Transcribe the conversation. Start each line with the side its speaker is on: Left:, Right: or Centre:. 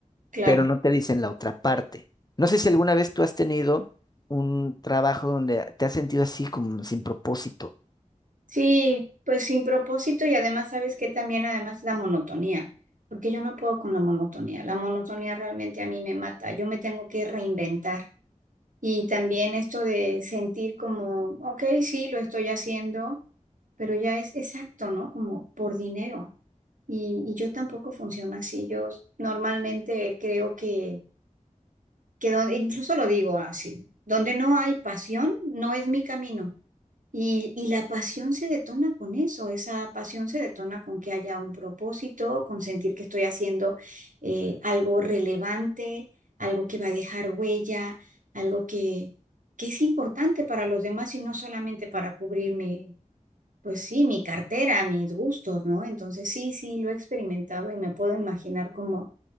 Right: Claro.
Left: pero no te dicen la otra parte. No sé si alguna vez tú has tenido un trabajo donde te has sentido así como sin propósito.
Right: Sí, pues sin propósito y además sabes que también además la monotonía, porque yo no puedo con la monotonía. La monotonía realmente a mí me mata. Yo me tengo que reinventar. Y también esto de sentir como, ok, sí, lo estoy haciendo, pero ya es exacto, ¿no? Como por dinero. Y, y yo tampoco funciono así. Yo normalmente creo que, que donde- incluso lo digo así, donde no hay pasión, no es mi camino. Y, y la pasión se detona con eso, esa pasión se detona con que haya un propósito, con sentir que estoy haciendo eh, algo relevante, algo que va a dejar huella, algo que, que es importante para los demás y no solamente para cubrir mi, pues sí, mi cartera, mis gustos, ¿no? Entonces sí, sí, lo he experimentado y me puedo imaginar cómo,